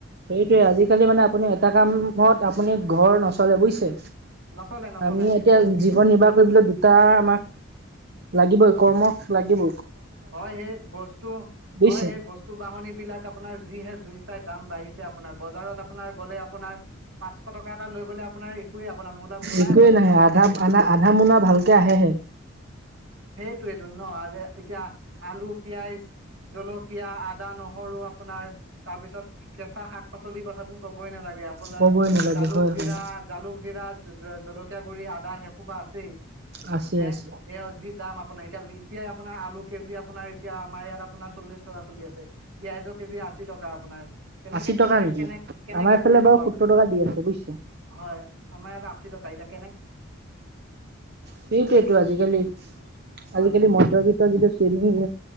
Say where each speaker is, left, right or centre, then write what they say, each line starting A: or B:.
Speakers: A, on the right; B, on the right.
A: সেইটোয়ে, আজিকালি মানে আপুনি এটা কামত আপুনি ঘৰ নচলে বুইছে,
B: নচলে নচলে
A: আমি
B: নিশ্চয়
A: এতিয়া
B: নিশ্চয়
A: জীৱন নিৰ্বাহ কৰিবলৈ দুটা আমাক লাগি বৈ। কৰ্ম লাগিব।
B: হয় সেই বস্তু
A: বুজিছে
B: হয় সেই বস্তু বাহনি বিলাক আপোনাৰ যিহে জুই চাই দাম বাঢ়িছে আপোনাৰ বজাৰত আপোনাৰ গ'লে আপোনাৰ পাঁচশ টকা এটা লৈ গ'লে আপোনাৰ একোৱেই আপোনাৰ মোৰ মোনাই
A: একোৱেই
B: ভৰ্তি
A: নাহে
B: নহয়,
A: আধা
B: সেই
A: আধা আধা মোনা ভালকে আহেহে
B: <unintelligible> সেই তো এইটোত ন, আৰু যে এতিয়া। আলু, পিয়াজ, জলকীয়া, আদা, নহৰু আপোনাৰ তাৰ পিছত কেঁচা শাক পাচলিৰ কথাতো কবই নালাগে। আপোনাৰ
A: ক'বই নালাগে
B: জালুক
A: হয়
B: জিৰা,
A: হয়
B: জালুক জিৰা। জলকীয়া গুড়ি, আদা সেই সোপা আছেই,।
A: আছে
B: হে
A: আছে
B: সেইয়াও যি দাম আপো। আ এতিয়া এতিয়া আপোনাৰ আলু কেজি আপোনাৰ এতিয়া আমাৰ ইয়াত আপোনাৰ চল্লিশ টকা চলি আছে, পিয়াজৰ কেজি আশী টকা আপোনাৰ কেনেকে
A: আশী
B: কেনেকে
A: টকা নেকি
B: কেনেকে কেনেকে
A: আমাৰ এইফালে
B: কৰি খাব
A: বাৰু সত্তৰ
B: আপুনি,
A: টকা দি আছে বুজিছে
B: হয় আমাৰ বা <unintelligible>
A: সেইটোয়েতো আজিকালি,
B: হয়
A: আজিকালি মধ্যবিত্ত যিটো তে